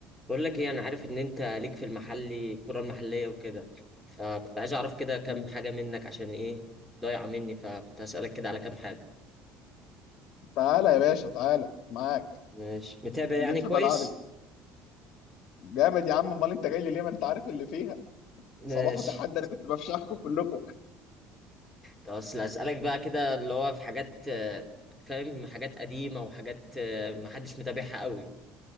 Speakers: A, in the centre; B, on the left.
A: بقول لك ايه انا عارف ان انت ليك في المحلي الكرة المحلية وكده فكنت عايز اعرف كده كام
B: مم.
A: حاجة منك عشان ايه ضايعة مني فكنت هسألك كده على كام حاجة
B: تعالى يا باشا تعالى معاك
A: ماشي متابع يعني
B: جيت في
A: كويس
B: ملعبي جامد يا عم امال انت جاي لي ليه ما انت عارف اللي فيها
A: ماشي
B: صباح وتحدي انا كنت بفشخكم كلكم
A: طب اصل هسألك بقى كده اللي هو في حاجات آه، فاهم حاجات قديمة وحاجات آه، محدش متابعها قوي